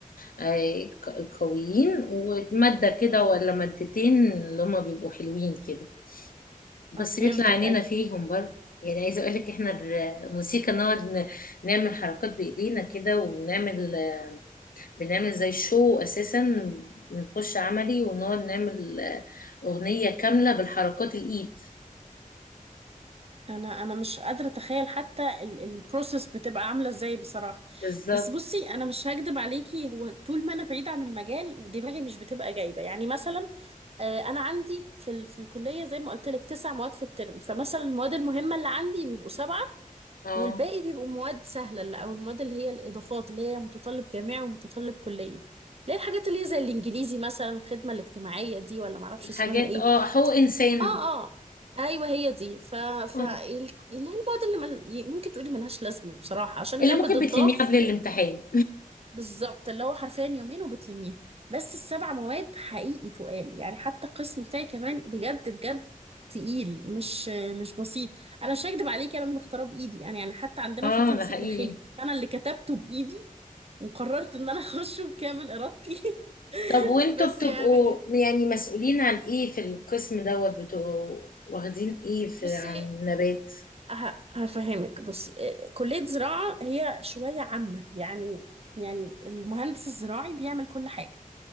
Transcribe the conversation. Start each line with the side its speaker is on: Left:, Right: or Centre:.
Left: آه، ق- قويين ومادة كده
Right: <laughs> مم.
Left: ولا مادتين اللي هما بيبقوا حلوين كده بس
Right: اه فهمتك
Left: بيطلع عينينا
Right: اي
Left: فيهم برضه يعني عايزة اقولك احنا الموسيقى نقعد ن- نعمل حركات بايدينا كده ونعمل بنعمل زي شو اساسا بنخش عملي ونقعد نعمل آه، اغنية كاملة بالحركات الايد
Right: انا انا مش قادره اتخيل حتى البروسيس بتبقى عامله ازاي بصراحه
Left: بالظبط
Right: بس بصي انا مش هكدب عليكي هو طول ما انا بعيده عن المجال دماغي مش بتبقى جايبه يعني مثلا آه، انا عندي في ال... في الكليه زي ما قلت لك تسع مواد في الترم فمثلا المواد المهمه اللي عندي بيبقوا سبعه
Left: اه
Right: والباقي بيبقوا مواد سهله اللي- او المواد اللي هي الاضافات اللي هي متطلب جامعي ومتطلب كليه ليه الحاجات اللي هي زي الانجليزي مثلا الخدمه الاجتماعيه دي ولا معرفش
Left: الحاجات
Right: اسمها ايه
Left: اه هو انسان
Right: اه اه ايوه هي دي ف ف
Left: آه.
Right: ال- اللي هي المواد اللي مل... ي- ممكن تقولي ملهاش لازمه بصراحه عشان
Left: اللي
Right: لما
Left: ممكن
Right: بتضاف
Left: بتلميه قبل
Right: و...
Left: الامتحان
Right: بالظبط اللي هو حرفيا يومين وبتلميها بس السبع مواد حقيقي تقال يعني حتى القسم بتاعي كمان بجد بجد تقيل مش مش بسيط انا مش هكدب عليك انا اللي مختاره بايدي يعني يعني حتى
Left: <laughs>
Right: عندنا
Left: اه
Right: في تنسيق
Left: ده حقيقي
Right: داخلي انا اللي كتبته بايدي وقررت ان انا <laughs> اخشه بكامل ارادتي <laughs>
Left: طب وانتوا
Right: بس
Left: بتبقوا
Right: يعني
Left: يعني مسؤولين عن ايه في القسم دوت بتبقوا واخدين ايه في
Right: بصي
Left: عن النبات
Right: ه- هفهمك بصي آه، كلية زراعة هي شوية عامة يعني يعني المهندس الزراعي بيعمل كل حاجة